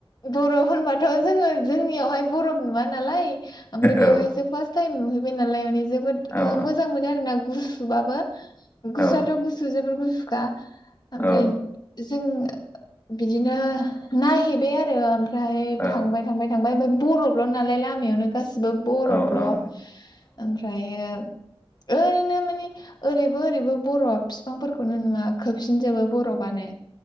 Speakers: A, on the left; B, on the left.
A: बरफ होनबाथ जोङो जोंनियावहाय बरफ नुवा नालाय आमफ्राय बेयावहाय
B: औ
A: <unintelligible> जोबोद
B: औ
A: ओ मोजां मोनो आरोना गुसु गुसुबाबो गुसुआथ
B: औ
A: गुसु जोबोर गुसु गुसुखा ओमफ्राय
B: औ
A: जों बिदिनो नायहैबाय आरो ओमफ्राय
B: औ
A: थांबाय थांबाय थांबाय ओमफ्राय बरफल' नालाय लामायावनो गासैबो बरफ
B: माने
A: ब्ल ओमफ्रायो ओरैनो माने ओरैबो ओरैबो बरब फिफांफोरखौनो नुवा खोबसिनजोबो बरफानो